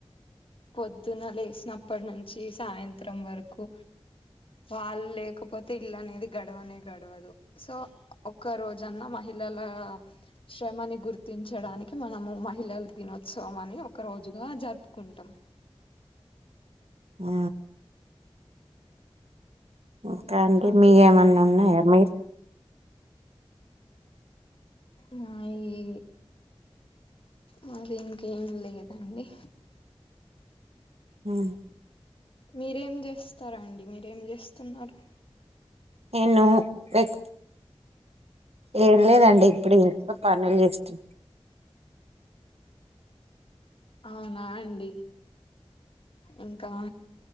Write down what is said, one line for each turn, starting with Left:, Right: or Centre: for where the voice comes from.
Left: పొద్దున్న లేసినప్పటి నుంచి సాయంత్రం వరకు వాళ్ లేకపోతే ఇల్లనేది గడవనే గడవదు సో ఒక్క రోజన్నా మహిళ ళల శ్రమని గుర్తించడానికి మనము మహిళల్ దినోత్సవం అని ఒక రోజుగా గా జరుపుకుంటాం
Right: ఆ ఇంతె అండి
Left: అట్లా
Right: మీకేమన్నా ఉన్నాయా మీ ర్
Left: నాయి మరి ఇంకేం లేదండి
Right: ఉమ్
Left: మీరేం చేస్తారండి మీరేం చేస్తున్నారు
Right: నేను రేప్ ఏం లేదండి ఇప్పుడు ఇంట్లో పనులు చేస్తా
Left: అవునా అండి ఇంకా